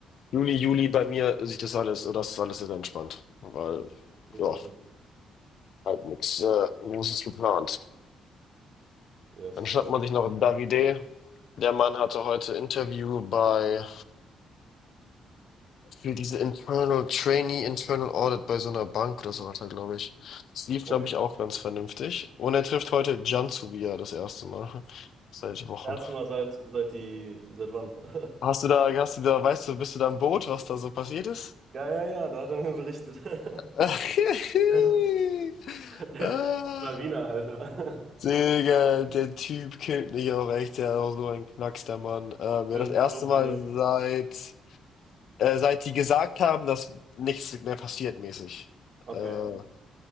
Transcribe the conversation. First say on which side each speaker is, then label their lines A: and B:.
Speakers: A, on the left; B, on the right.
A: Juni, Juli bei mir sieht das alles, oder das ist alles sehr entspannt, weil,
B: Würde
A: ja,
B: ich auch hin.
A: halt nichts äh, Großes geplant.
B: Yes,
A: Dann schnappt
B: ja.
A: man sich noch Davide. Der Mann hatte heute Interview bei Für diese Internal Trainee, Internal Audit bei so einer Bank oder so hat er, glaube ich. Das lief, glaube
B: Okay.
A: ich, auch ganz vernünftig. Und er trifft heute Cansu wieder das erste Mal. <laughs> Seit Wochen.
B: Das erste Mal seit, seit die. Seit wann? <laughs>
A: Hast du da, hast du da, weißt du, bist du da im Boot, was da so passiert ist?
B: Ja, ja, ja, da hat er mir berichtet. <laughs>
A: <laughs>
B: Ja, Der
A: Ah,
B: Lawiner, Alter.
A: Digga, der Typ killt mich auch echt, der ist auch so ein Knacks, der Mann. Ähm, ja,
B: Das
A: das erste
B: ist doch
A: Mal
B: eine.
A: seit, äh, seit die gesagt haben, dass nichts mehr passiert mäßig.
B: Okay,
A: Äh,
B: okay.